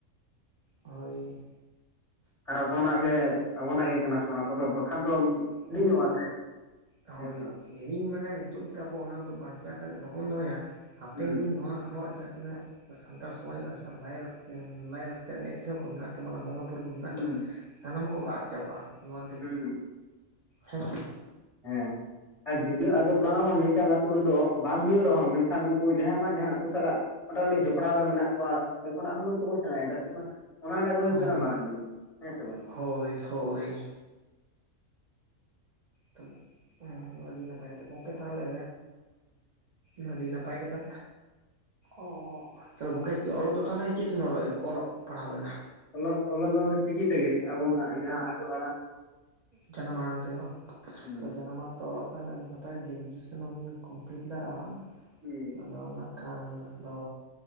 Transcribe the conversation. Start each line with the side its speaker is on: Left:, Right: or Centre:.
Right: ᱦᱳᱭ
Left: ᱟᱨ ᱟᱵᱚᱱᱟᱜ ᱜᱮ ᱟᱵᱚᱱᱟᱜ ᱜᱮ ᱠᱟᱱᱟ ᱥᱮ ᱚᱱᱟ ᱠᱚᱫᱚ ᱵᱟᱠᱷᱟᱱ ᱫᱚ,
Right: ᱦᱳᱭ
Left: ᱞᱤᱧᱚᱜ ᱟ ᱥᱮ
Right: ᱦᱳᱭ
Left: ᱦᱮᱸᱥᱮ ᱵᱟᱝ
Right: ᱦᱤᱲᱤᱧ ᱢᱟᱱᱮ ᱱᱤᱛᱚᱜ ᱫᱚ ᱟᱵᱚ ᱚᱱᱟ ᱠᱚᱫᱚ ᱵᱟᱧᱪᱟᱣ ᱠᱟᱛᱮᱫ ᱵᱟᱵᱚᱱ ᱫᱚᱦᱚᱭᱟ ᱦᱟᱯᱮᱱ
Left: ᱦᱩᱸ
Right: ᱫᱤᱱ ᱱᱚᱣᱟ ᱟᱵᱚᱣᱟᱜ ᱡᱟᱦᱟᱸ ᱛᱤᱱᱟᱹᱜ ᱥᱮ ᱥᱟᱱᱛᱟᱲ ᱥᱚᱢᱟᱡᱽ ᱨᱮᱱᱟᱜ ᱞᱟᱭ ᱞᱟᱠᱪᱟ ᱞᱟᱭ ᱞᱟᱠᱪᱟᱨ ᱮᱱᱮᱡ ᱥᱮᱨᱮᱧ ᱠᱚ ᱢᱮᱱᱟᱜ ᱟᱠᱟᱫᱟ ᱛᱟᱵᱚᱱᱟ ᱵᱚᱸᱜᱟ ᱵᱩᱨᱩ ᱠᱚ ᱢᱮᱱᱟᱜ
Left: ᱦᱩᱸ
Right: ᱛᱟᱵᱚᱱᱟ ᱥᱟᱱᱟᱢ ᱠᱚᱜᱮ ᱟᱫ ᱪᱟᱵᱟᱜ-ᱟ ᱱᱚᱣᱟ ᱫᱚ᱾
Left: ᱦᱩᱸ
Right: ᱦᱮᱸ ᱥᱮ
Left: ᱦᱮᱸ ᱟᱨ ᱡᱩᱫᱤᱳ ᱟᱫᱚ ᱵᱟᱝ ᱨᱮᱦᱚᱸ ᱢᱤᱫᱴᱟᱝ ᱟᱹᱛᱩ ᱨᱮᱫᱚ ᱵᱟᱝ ᱦᱩᱭᱩᱜ ᱨᱮᱦᱚᱸ ᱢᱮᱱ ᱠᱷᱟᱱ ᱩᱱᱠᱩ ᱡᱟᱦᱟᱸᱭ ᱵᱟᱝ ᱡᱟᱦᱟᱸ ᱟᱹᱛᱩ ᱥᱟᱞᱟᱜ ᱢᱚᱴᱟᱢᱩᱴᱤ ᱡᱚᱯᱲᱟᱣ ᱨᱮ ᱢᱮᱱᱟᱜ ᱠᱚᱣᱟ ᱠᱷᱚᱱᱳᱜ ᱦᱚᱸᱱᱟᱜ ᱫᱚᱠᱚ ᱥᱮᱬᱟᱭᱮᱫᱟ ᱥᱮ ᱵᱟᱝ ᱚᱱᱟᱴᱟᱜ ᱜᱮ ᱦᱩᱭᱩᱜ
Right: ᱦᱳᱭ
Left: ᱠᱟᱱᱟ᱾ ᱢᱟᱨᱟᱝ ᱡᱤᱱᱤᱥ ᱦᱮᱸ ᱥᱮ ᱵᱟᱝ
Right: ᱦᱳᱭ ᱦᱳᱭ ᱠᱟᱱᱟ <unintelligible> ᱷ ᱟᱹᱰᱤ ᱱᱟᱯᱟᱭ ᱠᱟᱛᱷᱟ ᱜᱚᱢᱠᱮ ᱛᱟᱦᱞᱮ ᱚᱷ ᱟᱹᱰᱤ ᱱᱟᱯᱟᱭ ᱠᱟᱛᱷᱟ ᱚᱷ ᱛᱟᱦ ᱜᱚᱝᱠᱮ ᱚᱞᱚᱜ ᱫᱚ ᱛᱟᱦᱚᱞᱮ ᱪᱮᱫ ᱵᱤᱱ ᱚᱞᱚᱜ ᱯᱟᱲᱦᱟᱣ ᱞᱮᱱᱟ
Left: ᱚᱞᱚᱜ ᱚᱞᱚᱜ ᱫᱚ ᱪᱤᱠᱤ ᱛᱮᱜᱮ ᱟᱵᱚᱱᱟᱜ ᱡᱟᱦᱟᱸ ᱟᱭᱳ ᱟᱲᱟᱜ
Right: ᱡᱟᱱᱟᱢ ᱟᱲᱟᱝ ᱛᱮᱜᱮ ᱵᱟᱝ
Left: ᱦᱩᱸ
Right: ᱡᱟᱱᱟᱢ ᱟᱲᱟᱝ ᱛᱮ ᱚᱞᱚᱜ ᱟᱨ ᱟᱹᱰᱤ ᱱᱟᱯᱟᱭ ᱜᱮ ᱨᱮᱡᱩᱭᱮᱥᱚᱱ ᱦᱚᱸᱵᱤᱱ ᱠᱚᱢᱯᱞᱤᱴ ᱞᱟᱜᱼᱟ᱾
Left: ᱦᱮᱸ
Right: ᱟᱫᱚ ᱱᱟᱜ ᱠᱷᱟᱱ ᱫᱚ